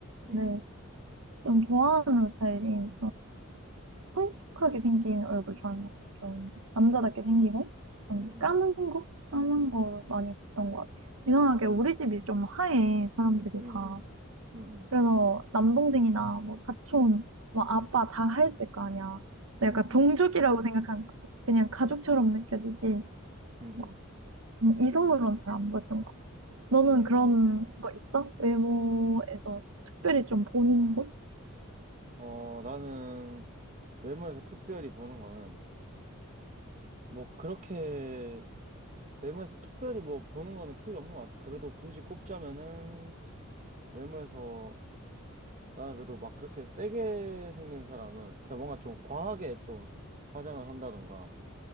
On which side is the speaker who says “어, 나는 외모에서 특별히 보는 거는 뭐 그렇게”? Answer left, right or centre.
Right